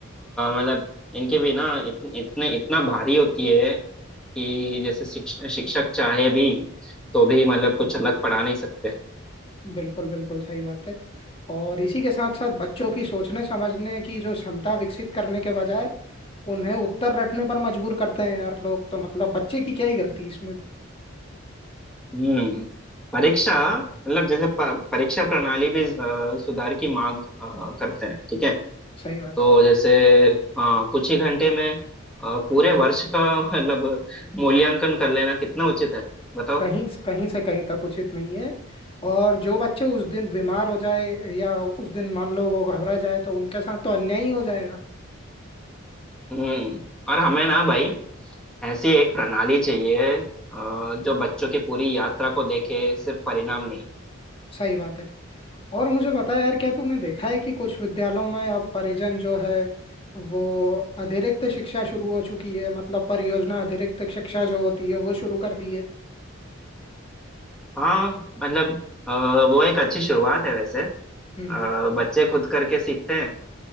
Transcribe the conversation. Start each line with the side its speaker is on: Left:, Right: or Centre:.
Centre: मतलब इनके भी ना इत, इतने इतना भारी होती है कि जैसे शिक्ष- शिक्षक चाहे भी तो भी मतलब कुछ अलग पढ़ा नहीं सकते
Left: बिल्कुल बिल्कुल सही बात है और इसी के साथ साथ बच्चों की सोचने समझने की जो क्षमता विकसित करने के बजाय उन्हें उत्तर रटने पर मजबूर करते हैं यार लोग तो मतलब बच्चे की क्या ही गलती इसमें
Centre: हम्म परीक्षा मतलब जैसे प- परीक्षा प्रणाली भी अ, सुधार की मांग अ, करते हैं ठीक है
Left: सही बात
Centre: तो
Left: है
Centre: जैसे हाँ कुछ ही घंटे में अ, पूरे वर्ष का मतलब मूल्यांकन कर लेना कितना उचित है बताओ
Left: कहीं कहीं से कहीं तक उचित नहीं है और जो बच्चे उस दिन बीमार हो जाए या उस दिन मान लो वो घबरा जाए तो उनके साथ तो अन्याय ही हो जाएगा
Centre: हम्म और हमें ना भाई ऐसी एक प्रणाली चाहिए अ, जो बच्चों की पूरी यात्रा को देखे सिर्फ परिणाम नहीं
Left: सही बात है और मुझे बता यार क्या तूने देखा है कि कुछ विद्यालयों में अब परिजन जो है वो अतिरिक्त शिक्षा शुरू हो चुकी है मतलब परियोजना अतिरिक्त शिक्षा जो होती है वो शुरू कर दी है
Centre: हाँ मतलब अ, वो एक अच्छी शुरुआत है वैसे अ,
Left: हम्म
Centre: बच्चे खुद करके सीखते हैं